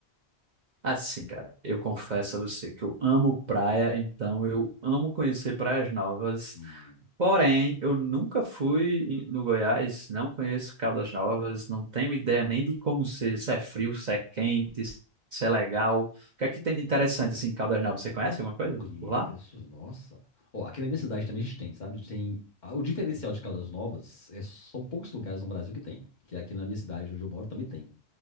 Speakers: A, on the right; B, on the left.
A: Assim, cara, eu confesso a você que eu amo praia, então eu amo conhecer praias novas.
B: Hum.
A: Porém, eu nunca fui em- no Goiás, não conheço Caldas Novas, não tenho ideia nem de como ser, se é frio, se é quente, se é legal. O que é que tem de interessante assim em Caldas Novas? Você conhece alguma coisa
B: Conheço,
A: por lá?
B: nossa. Ó, aqui na minha cidade também a gente tem, sabe? A gente tem. ah, O diferencial de Caldas Novas é- são poucos lugares no Brasil que tem. Que é aqui na minha cidade, onde eu moro, também tem.